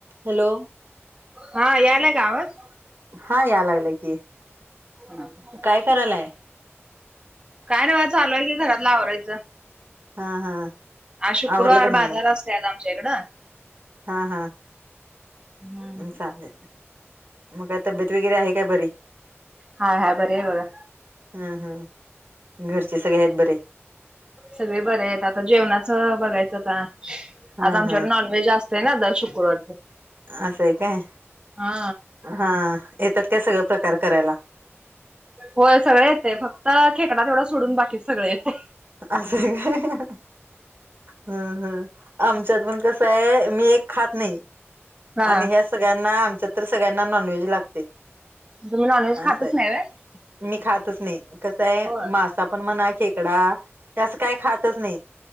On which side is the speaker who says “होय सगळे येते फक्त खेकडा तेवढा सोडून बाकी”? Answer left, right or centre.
Right